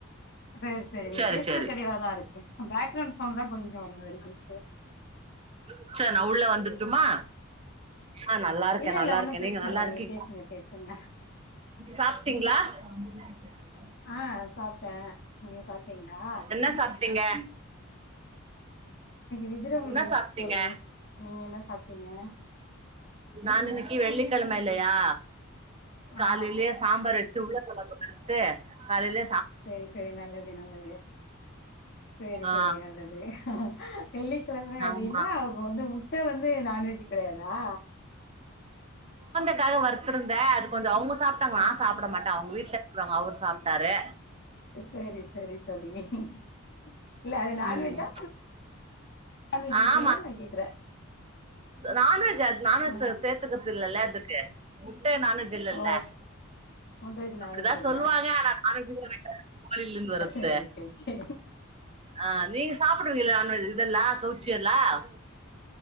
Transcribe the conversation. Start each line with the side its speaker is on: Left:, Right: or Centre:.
Left: செரி செரி நீங்க
Right: சரி
Left: பேசுறது
Right: சரி
Left: தெளிவாதான் இருக்கு பேக்ரவுண்ட் சவுண்ட் தான் கொஞ்சோ வரும் மாது
Right: ச்ச நான் உள்ள வந்துருட்டுமா ஆ நல்லா இருக்கேன்
Left: இல்ல
Right: நல்லா
Left: இல்ல ஒன்னும்
Right: இருக்கேன்
Left: பிரச்சன
Right: நீங்க நல்லா
Left: இல்ல
Right: இருக்கீங்
Left: பேசுங்க பேசுங்க
Right: சாப்ட்டீங்களா <unintelligible>
Left: ஆ சாப்ட்டேன் நீங்க சாப்டீங்களா
Right: என்ன <unintelligible> <unintelligible>
Left: வெஜிடபிள்
Right: என்ன
Left: ரைஸ்
Right: சாப்டீங்க
Left: தோழி நீங்க என்ன சாப்ட்டீங்க
Right: நான் இன்னைக்கு வெள்ளி கிழம இல்லயா காலையிலயே
Left: ஆ
Right: சாம்பார் வச் உருள கெழங்கு வறுத்து காலைல
Left: செரி செரி நல்லது நல்லது செரி
Right: ஆ
Left: செரி நல்லது வெள்ளிக்கிழம அப்டின்னா
Right: ஆமா
Left: அப்போ வந்து முட்ட வந்து நான்வெஜ் கெடையாதா
Right: க்காக வறுத்துருந்த அது கொஞ்சம் அவுங்க சாப்ட்டாங்க
Left: ஆ
Right: நான் சாப்ட மாட்டே அவங்க வீட் திட்றவுங்க அவுரு சாப்ட்டாரு
Left: செரி செரி தோழி <inaudible> இல்ல அது நான்வெஜ்ஜா
Right: ம்
Left: நான்வெஜ் இல்லையா
Right: ஆமா
Left: நான் கேக்குறேன்
Right: நான்வெஜ் அது நான்வெஜ்ல
Left: ஆ
Right: சேர்த்துக்கிறது இல்லல்ல அதுக்கு முட்ட நான்வெஜ் இல்லல்ல
Left: ஓ முட்டைவெஜ் நான்வெஜ்
Right: அப்டி தான்
Left: இல்ல
Right: சொல்லுவாங்க ஆனா <unintelligible> கோலிருந்து வருத்து
Left: சரி ஓகே ஓகே
Right: ஆஹ் நீங் சாப்புடுவீங்கல நான்வெஜ் இதெல்லாம் கவுச்சி எல்லாம்